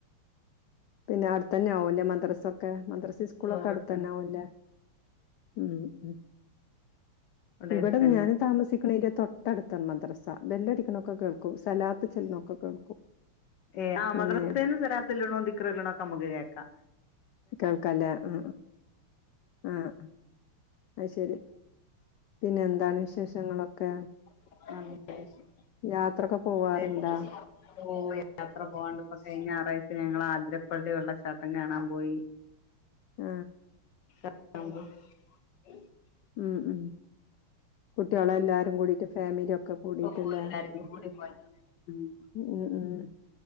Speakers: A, on the left; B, on the left.
A: പിന്നെ അട്ത്തന്നാവുല്ലേ മദർസൊക്കെ മദർസ് സിസ്ക്കുളൊക്കെ
B: ഓ ഇവിടെത്തന്നെ
A: അടുത്തന്നാവുല്ലേ ഉം ഉം
B: ഇവിടെ
A: ഇവടെ
B: അടുത്തന്നെ
A: ഞാൻ താമസിക്ക്ണേയിന്റെ തൊട്ടട്ത്താണ് മദ്രസ ബെല്ലടിക്ക്ണൊക്കെ കേൾ ക്കു സലാത്ത് ചെല്ല്നൊക്കെ കേൾക്കും
B: ഏ ആ മദർസേന്ന്
A: അങ്ങനേണ്
B: സലാത്ത് ചെല്ല്ണതും ദിക്ക്റ് ചെല്ലുണോക്കെ മ്മക്ക് കേക്ക
A: കേൾക്കാല്ലേ ആ ആ ആ അയ് ശരി പിന്നെ എന്താണ് വിശേഷങ്ങളൊക്കെ
B: <unintelligible> <unintelligible>
A: യാത്രൊക്കെ പോവാറുണ്ടാ
B: യാത്ര പോവാണ്ട് ഇപ്പ കഴിഞ്ഞ ഞാറാഴ്ച ഞങ്ങ തിരപ്പള്ളി വെള്ളച്ചാട്ടം കാണാം മ്പോയി
A: ആ
B: <unintelligible>
A: ഉം ഉം കുട്ടിയോളെല്ലാരും കൂടിറ്റ് ഫാമിലി ഒക്കെ കൂടിട്ടല്ലേ
B: അപ്പോ എല്ലാരും കൂടീറ്റ്പ്പോയദാണ് ഉം
A: ഉം ഉം